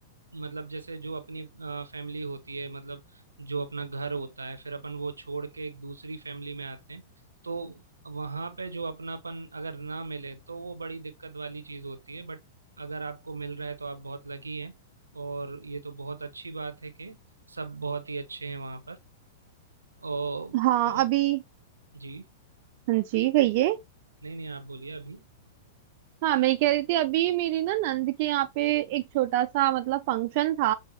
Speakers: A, on the right; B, on the right.
A: मतलब जैसे जो अपनी फैमिली होती है मतलब जो अपना घर होता है फिर अपन वो छोड़ के एक दूसरी फैमिली में आते हैं तो वहाँ पे जो अपनापन अगर ना मिले तो वो बड़ी दिक्कत वाली चीज़ होती है बट अगर आपको मिल रहा है तो आप बहुत लकी हैं और ये तो बहुत अच्छी बात है कि सब बहुत ही अच्छे हैं वहाँ पर और
B: हाँ
A: अ,
B: अभी
A: जी
B: हाँ जी कहिए
A: नहीं नहीं आप बोलिए अभी
B: हाँ मैं कह रही थी अभी मेरी ना नंद के यहाँ पे एक छोटा सा मतलब फंक्शन था